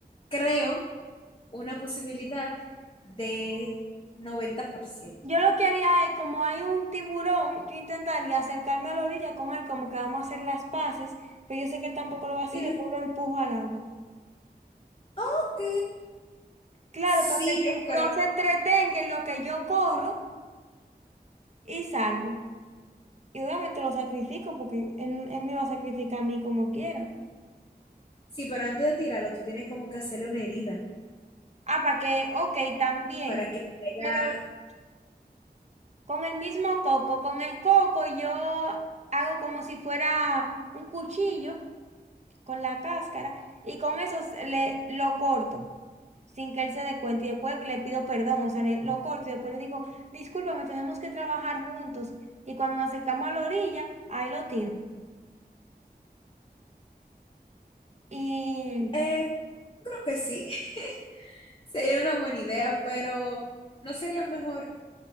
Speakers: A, on the left (about 30°); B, on the right (about 45°).
A: creo una posibilidad de noventa por ciento
B: Yo lo que haría es, como hay un tiburón, yo intentaría acercarme a la orilla con él, como que vamos a hacer las paces, pero yo sé que él tampoco lo va a hacer,
A: Y lo,
B: después lo empujo al agua.
A: ok,
B: Claro,
A: Sí,
B: para que el tiburón
A: yo creo.
B: se entretenga en lo que yo corro y salgo. Y obviamente lo sacrifico porque él, él me va a sacrificar a mí como quiera.
A: Sí, pero antes de tirarlo, tú tienes como que hacerle una herida
B: Ah, para que, ok, también.
A: para que traiga.
B: Pero con el mismo coco, con el coco yo hago como si fuera un cuchillo con la cáscara y con eso s- le, lo corto sin que él se dé cuenta y después le pido perdón, o sea, le- lo corto y después le digo, discúlpame, tenemos que trabajar juntos y cuando nos acercamos a la orilla, ahí lo tiro. Y
A: Eh, creo que sí. <laughs> Sería una buena idea, pero ¿no sería mejor